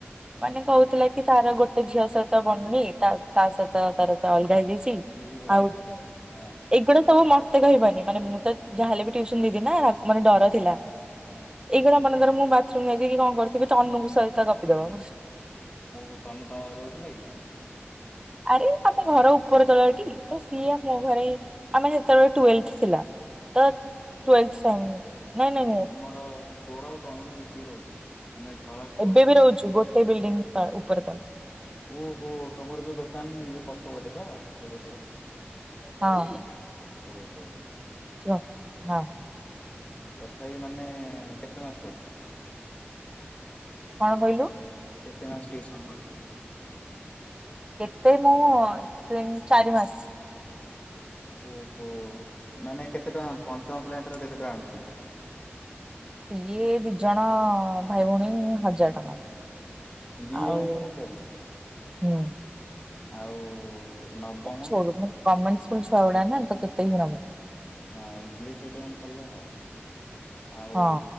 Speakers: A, on the right; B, on the left.
A: ମାନେ କହୁଥିଲା କି ତାର ଗୋଟେ ଝିଅ ସହିତ ବନୁନି ତାର ତା ସହିତ ତାର ତା ଅଲଗା ହେଇଯାଇଛି। ଟି
B: ଇଏ ଆଇସ
A: ଆଉ
B: ହଁ
A: ଏଗୁଡା ସବୁ ମ ତେ କହିବନି ମାନେ ମୁଁ ତ ଯାହାହେଲେ ବି ଟିୟୁସନ ଦିଦି ନା ମାନେ ଡର
B: ହଁ
A: ଥିଲା,
B: ହଁ
A: ଏ ଯୋଉଟା ମନେଙ୍କର ମୁଁ ବାଥରୁମ୍ ଯାଇଥିବି କି କଣ କରୁଥିବି ତନୁ ସହିତ ଗପିଦବ।
B: ଓହୋ ତନୁ ତମ ଘରେ ରହୁଥିଲା କି?
A: ଆରେ ଆମେ ଘର ଉପର ତଳଟି ତ ସିଏ ଆମୋ ଘରେ ଆମେ ସେତେବେଳେ ଟ୍ୱଲ୍ଥ ଥିଲା ତ ଟ୍ୱଲ୍ଥ ସଙ୍ଗେ, ନାଇଁ ନାଇଁ ନାଇଁ।
B: ହଁ ତୋର ଆଉ ତନୁର ମିଶିକି ରହୁଥିଲ। ମାନେ ଘର ତଳ
A: ଏବେ
B: ଉପର
A: ବି ରହୁଛୁ ଗୋଟେ ବିଲ୍ଡିଂ ତଳେ ଉପର ତଳ।
B: ଓହୋ ତମର ଯୋଉ ଦୋକାନ ଯୋଉ ପଛ ପଟେ ତ ସେଇ ପଟେ।
A: ହଁ
B: ଘରଟା ଓହୋ ହୋ।
A: <inaudible>
B: ତଥାପି ମାନେ କେତେ ମାସ କରିଛୁ?
A: କଣ କହିଲୁ?
B: କେତେ ମାସ ଟିୟୁସନ କରିଛୁ?
A: କେତେ ମୁଁ ତିନି ଚାରି ମାସ।
B: ଓହୋ, ମାନେ କେତେ ଟଙ୍କା ପଞ୍ଚମ ପିଲାଙ୍କଠାରୁ କେତେ ଟଙ୍କା ଆଣୁଥିଲୁ?
A: ସିଏ ଦି ଜଣ ଭାଇ ଭଉଣୀ ହଜାର ଟଙ୍କା।
B: ଦି
A: ଆଉ
B: ଜଣଙ୍କର ହଜାରେ
A: ହୁଁ।
B: ଆଉ ନବମ
A: ଆ ଛୋଡୁନୁ ଗମେଣ୍ଟ ସ୍କୁଲ ଛୁଆ ଗୁଡା ନା ତ କେତେ ହିଁ ନବୁ।
B: ହଁ ଇଂଲିଶ ମିଡିୟମ କଲେ ହବ, ଆଉ
A: ହଁ